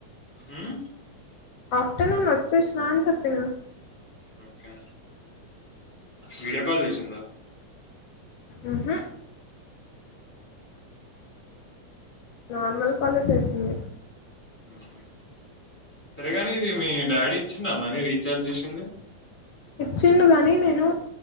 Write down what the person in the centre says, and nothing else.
హ్మ్
ఓకే వీడియో కాల్ చేసిందా
ఏ ముంది సరేగాని ఇది మీ డాడీ ఇచ్చిందా మనీ రీఛార్జ్ చేసింది.